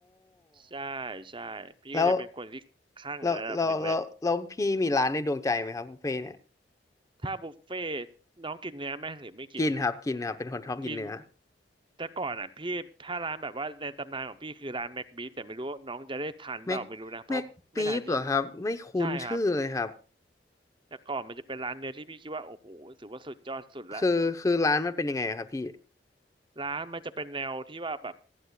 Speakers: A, on the right; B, on the left.
A: ใช่ใช่พี่ก็จะเป็นคนที่คลั่งระดับหนึ่งเลย
B: แล้วแล้วแล้วแล้วแล้วพี่มีร้านในดวงใจไหมครับบุฟเฟ่ต์เนี่ย
A: ถ้าบุฟเฟ่น้องกินเนื้อไหมหรือไม่กิน
B: กินครับกินครับเป็นคนชอบกินเนื้อ
A: กินแต่ก่อนอ่ะพี่ถ้าร้านแบบว่าในตำนานของพี่คือร้านแม็กบีแต่ไม่รู้ว่าน้องจะได้ทันเปล่าไม่รู้นะเพราะไม่ทันใช่
B: แม็กแม็กบีฟเหรอครับไม่คุ้นชื่อเลยครับ
A: ใช่ครับแต่ก่อนมันจะเป็นร้านเนื้อที่พี่คิดว่าโอ้โหถือว่าสุดยอดสุดละ
B: คือคือร้านมันเป็นยังไงอะครับพี่
A: ร้านมันจะเป็นแนวที่ว่าแบบ